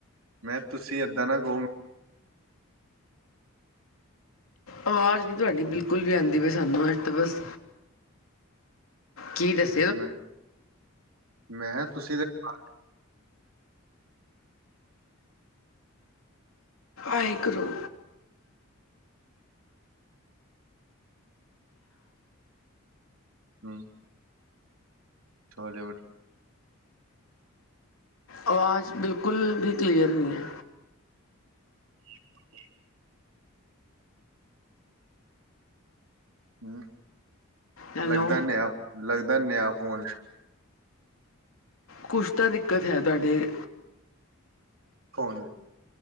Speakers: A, on the right; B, on the left.
A: ਮੈਂ ਤੁਸੀਂ ਏਦਾਂ ਨਾ ਕੋ
B: ਆਵਾਜ਼ ਨੀ ਤੁਹਾਡੀ ਬਿਲਕੁੱਲ ਵੀ ਆਂਦੀ ਪਈ ਸਾਨੂੰ ਅੱਜ ਤ ਬਸ ਕੀ ਦੱਸ
A: ਮੈਂ, ਮੈਂ ਤੁਸੀਂ ਤੇ ਡਕਾ
B: ਆਏ ਕਰੋ।
A: ਹੂੰ। ਛੋਲੇ ਭਟੂ
B: ਆਵਾਜ਼ ਬਿਲਕੁੱਲ ਵੀ ਕਲੀਅਰ ਨੀ ਐ।
A: <inaudible> ਹੂੰ,
B: ਹੈਲੋ
A: ਲੱਗਦਾ ਨੇਆ ਲੱਗਦਾ ਨੇਆ ਫੋਨ
B: ਕੁਝ ਤਾਂ ਦਿੱਕਤ ਹੈ ਤੁਹਾਡੇ
A: ਫੋਨ ਵੀ